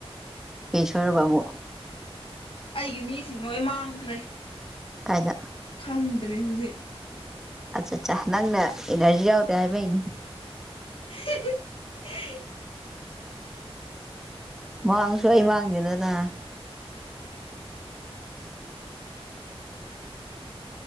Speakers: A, in the centre; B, on the left.
A: ꯀꯩ ꯁꯣꯏꯔꯕ ꯑꯃꯨꯛ
B: ꯑꯩꯒꯤ ꯃꯤꯁꯤꯡ ꯂꯣꯏ ꯃꯥꯡꯈ꯭ꯔꯦ
A: ꯀꯥꯏꯗ
B: ꯈꯪꯗ꯭ꯔꯦ ꯍꯧꯖꯤꯛ
A: ꯑꯆ ꯆꯥ ꯅꯪꯅ ꯏꯅꯔꯖꯤ ꯌꯥꯎꯗ ꯍꯥꯏꯕꯩꯅꯤ
B: <inaudible>
A: ꯃꯥꯡꯉꯁꯨ ꯑꯩ ꯃꯥꯡꯗꯦꯗꯅ